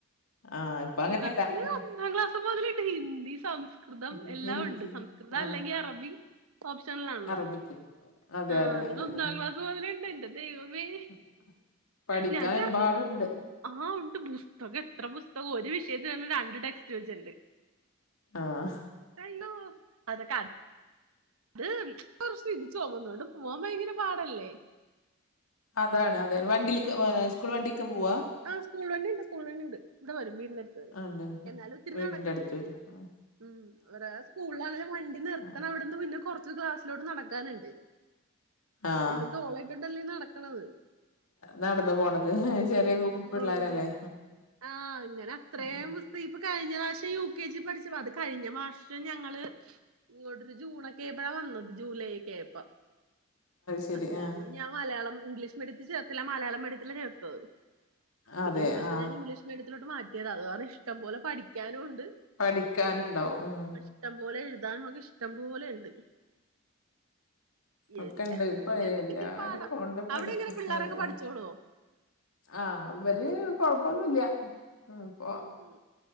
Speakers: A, on the left; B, on the right.
A: ആഹ് ഇപ്പ അങ്ങനെയല്ല
B: ഇവർക്ക്
A: ഉം
B: ഒന്നാം ക്ലാസ് <unintelligible> മുതലിട്ട് ഹിന്ദി സംസ്കൃതം
A: ഉം
B: എല്ലാം
A: ഹിന്ദി
B: ഉണ്ട്. സംസ്കൃതം
A: ആഹ്
B: അല്ലെങ്കിൽ അറബി. ഓപ്ഷനൽാണല്ലോ
A: അറബിക്ക് അതെ
B: ആ
A: അതെ അതെ
B: ഒന്നാം
A: ഉം
B: ക്ലാസ് മുതലുണ്ട്. ന്റെ ദൈവമേ
A: <unintelligible>
B: ഞാൻ ചേർത്ത്.
A: എമ്പാടുണ്ട്
B: ആഹ ഉണ്ട്. പുസ്തകം എത്ര പുസ്തകം ഒരു വിഷയത്തി തന്നെ രണ്ട് ടെക്സ്റ്റ് വെച്ച് ഉണ്ട്.
A: ആഹ
B: <unintelligible> അത് കുറച്ച് ഇത് ചൊമന്നോണ്ട് പോകാൻ ഭയങ്കര പാടല്ലേ?
A: അതാണ് അതാണ് വണ്ടിക്ക് സ്കൂൾ വണ്ടിക്കെ പോവാ?
B: ആഹ് സ്കൂൾ വണ്ടി ഉണ്ട്. സ്കൂൾ വണ്ടി ഉണ്ട്. ഇവിടെ വര വീടിന് അടുത്ത്.
A: ആ, ഉണ്ട്
B: എന്നാലും ഇത്തിരി നട
A: വീടിന്റെ അടുത്ത <unintelligible>
B: ഉം ഒ സ്കൂളിലാണെ വണ്ടി നിർത്തണ
A: ആഹ്
B: അവിടു പിന്നെ കുറച്ച് ക്ലാസ്സിലോട്ട് നടക്കാനുണ്ട്.
A: ആഹ്
B: എന്ന ഇത തോളിയിട്ടല്ലേ നടക്കണത്.
A: നടന്നു പോണത്. ചെറിയ കുപ്പ
B: കടന്നു
A: പിള്ളേരല്ലേ?
B: പോണത് ആഹ് അങ്ങനെ അത്രയും
A: ഉ
B: പുസ്തകം ഇപ്പൊ കഴിഞ്ഞ പ്രാവശ്യം യു കെ ജി പഠിച്ച അത് കഴിഞ്ഞ മാഷം ഞങ്ങള് ഇങ്ങോട്ടൊരു ജൂണൊക്കെ ആയപ്പോഴാ വന്നത് ജൂലൈക്കെ ആയപ്പ
A: ശരി
B: അത് കാരണം
A: ആഹ്
B: ഞാൻ മലയാളം ഇംഗ്ലീഷ് മീഡിയത്തി ചേർത്തില്ല. മലയാളം മീഡിയത്തിലാ ചേർത്തത്. പിന്നെ
A: അതെ
B: ഈ വർഷം
A: ആഹ്
B: ഞാൻ ഇംഗ്ലീഷ് മീഡിയത്തിലോട്ട് മാറ്റിയതാ അത് വേറെ ഇഷ്ടം പോലെ പഠിക്കാനുംണ്ട്.
A: പഠിക്കാനുണ്ടാവും ഉം.
B: ഇഷ്ടം പോലെ എഴുതാനുള്ളത് ഇഷ്ടം പോലെണ്ട്.
A: ഒക്കെ
B: എഴുതിക്കാനും
A: ഉണ്ട്
B: പഠിപ്പിക്കാനൊക്കെ
A: ഇപ്പൊ എല്ലാർക്കും
B: ഇത്തിരിപാട.
A: ഉണ്ട് പഠിക്ക
B: അവിടെ എങ്ങനെ പിള്ളോരൊക്കെ
A: അതെ
B: പഠിച്ചോളോ?
A: ആഹ് ആഹ് അവര് കൊഴപ്പൊന്നുംല്ല അപ്പൊ
B: ഉം ഉം